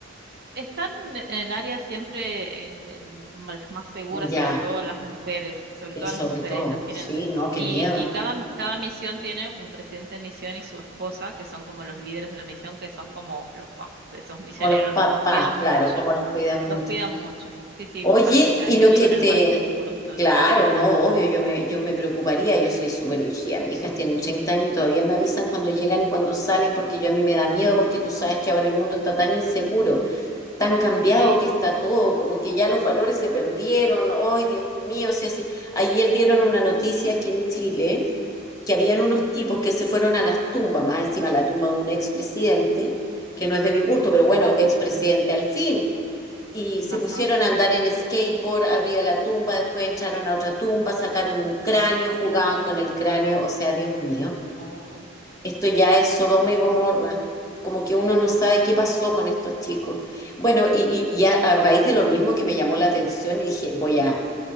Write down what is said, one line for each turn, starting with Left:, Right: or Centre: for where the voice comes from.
Right: Están en el área siempre eh, eh, más, más segura, sobre
Left: Ya,
Right: todo las mujeres, sobre
Left: sí,
Right: todo
Left: sobre
Right: las mujeres
Left: todo.
Right: las tienen,
Left: Sí, no, qué
Right: y,
Left: miedo.
Right: y cada, cada misión tiene un presidente de misión y su esposa, que son como los líderes de la misión, que son como los papás de esos misioneros,
Left: Como los papás,
Right: los cuidan
Left: claro,
Right: mucho,
Left: como los cuidan
Right: los
Left: mucho.
Right: cuidan mucho. Sí, sí,
Left: Oye,
Right: buscan que sean,
Left: y
Right: que
Left: lo
Right: vivan
Left: que te...
Right: en lugares seguros y todo
Left: Claro,
Right: eso.
Left: no, obvio, yo me, yo me preocuparía, yo soy súper urgida. Mis hijas tienen 30 años y todavía me avisan cuando llegan y cuando salen, porque yo a mí me da miedo, porque tú sabes que ahora el mundo está tan inseguro. tan cambiado
Right: Sí.
Left: que está todo, como que ya los valores se perdieron, ay Dios mío, se hace... ayer dieron una noticia aquí en Chile que habían unos
Right: Ujú.
Left: tipos que se fueron a las tumbas, más encima la tumba de un expresidente, que no es de mi gusto, pero bueno, expresidente al fin, y se
Right: Ajá.
Left: pusieron a andar en skateboard arriba de la tumba, después entraron a otra tumba, sacaron un cráneo, jugaban con el cráneo, o sea, Dios mío.
Right: Oh,
Left: Esto ya
Right: qué triste
Left: es Sodoma
Right: esas cosas.
Left: y Gomorra. Como que uno no sabe
Right: Sí.
Left: qué pasó con estos chicos. Bueno, y, y- y a, a raíz de lo mismo que me llamó la atención, y dije, voy a,